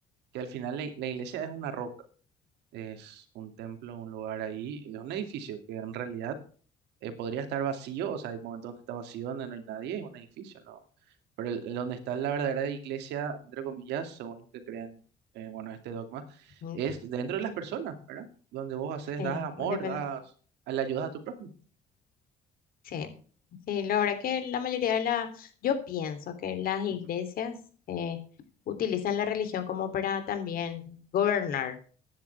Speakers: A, on the right (about 85°); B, on the left (about 60°).
A: que al final la, la iglesia es una roca, es un templo, un lugar ahí, es un edificio que en realidad eh, podría estar vacío, o sea, hay momentos donde está vacío, donde no hay nadie, es un edificio, ¿no? Pero el- el donde está la verdadera iglesia, entre comillas, según los que crean, eh, bueno, este dogma,
B: Mm,
A: es dentro de las personas, ¿verdad? Donde vos haces,
B: Sí,
A: das amor,
B: depende.
A: das, le ayudas a tu prójimo.
B: Sí, sí, la verdad que la mayoría de la, yo pienso que las iglesias
A: Ujú,
B: eh, utilizan la religión como para también gobernar.